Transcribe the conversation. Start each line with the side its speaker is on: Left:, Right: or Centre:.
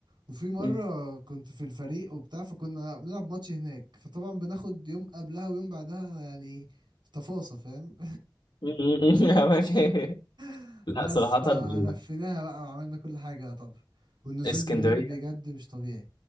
Right: وفي مرة
Left: مم.
Right: كنت في الفريق وبتاع فكنا بنلعب ماتش هناك فطبعا بناخد يوم قبلها ويوم بعدها يعني تفاصيل فاهم
Left: <laughs> أماكن-
Right: <laughs>
Left: لا
Right: بس
Left: صراحه
Right: فلفيناها
Left: اقول لك
Right: بقى وعملنا كل حاجة طبعا والنزول
Left: اسكندريه
Right: بالليل بجد مش طبيعي